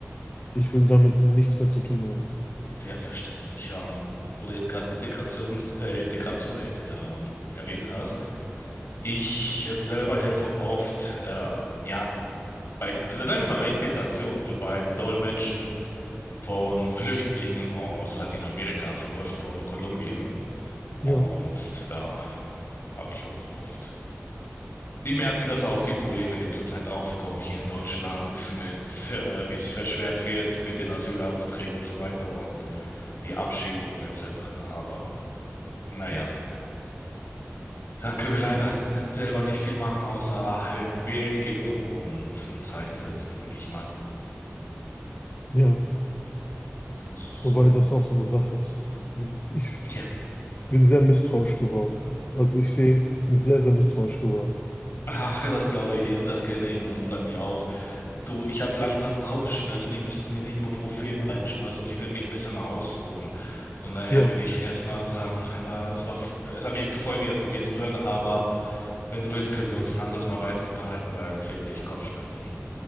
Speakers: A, on the left; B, on the left.
A: Ich will damit nichts mehr zu tun haben.
B: Ja, verständlich. Ähm, wo du jetzt gerade Integrations, äh, Integration äh, ähm, erwähnt hast. Ich selber helfe oft, äh, ja, bei, sagen wir mal, bei Integration und beim Dolmetschen von Flüchtlingen aus Lateinamerika, verhäuft von Kolumbien. Und
A: Ja,
B: da habe ich auch oft. Die merken das auch, die Probleme, die zurzeit aufkommen hier in Deutschland mit, äh, wie es verschwert wird mit den Asylaufträgen und so weiter und die Abschiebung etc. Aber naja, da können wir leider selber nicht viel machen, außer äh, wählen gehen und ein Zeichen setzen, denke ich mal.
A: ja.
B: Das,
A: Wobei
B: so,
A: das auch so eine Sache ist. Hm, Ich
B: ja.
A: bin sehr misstrauisch geworden. Also ich sehe, bin sehr, sehr misstrauisch geworden.
B: Ach, das glaube ich eh und das kenne ich und bei mir auch. Du, ich habe langsam Kopfschmerzen, ich müsste mir eine Ibuprofen reinschmeißen und ich würde mich ein bisschen ausruhen. Von daher
A: Ja,
B: würde ich erstmal sagen, äh, es war, es hat mich gefreut, wieder von dir zu hören, aber wenn du willst, können wir uns ein anderes Mal weiter unterhalten, weil wirklich Kopfschmerzen.